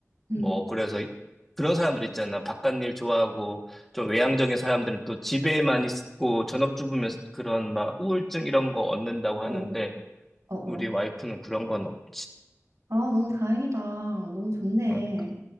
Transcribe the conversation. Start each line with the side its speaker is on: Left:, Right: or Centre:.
Right: 음.
Centre: 뭐, 그래서 이- 그런 사람들 있잖아. 바깥 일 좋아하고, 좀 외향적인 사람들은 또 집에만 있고, 전업주부면 그런 막 우울증 이런 거 얻는다고 하는데,
Right: 어, 어, 어.
Centre: 우리 와이프는 그런 건 없지.
Right: 아, 너무 다행이다. 너무 좋네.
Centre: 그러니까,